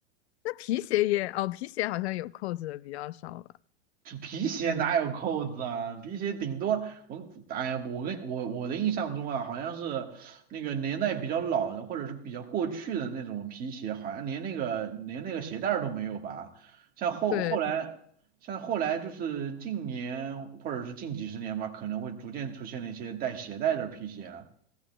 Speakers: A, on the left; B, on the right.
A: 那皮鞋也哦，皮鞋好像有扣子的比较少吧？
B: 这皮鞋哪有扣子啊？
A: 嗯，
B: 皮鞋顶多我，哎呀，我跟我我的印象中啊，好像是那个年代比较老的，或者是比较过去的那种皮鞋，好像连那个连那个鞋带儿都没有吧？像后后来，
A: 对，
B: 像后来就是近年或者是近几十年吧，可能会逐渐出现了一些带鞋带的皮鞋啊。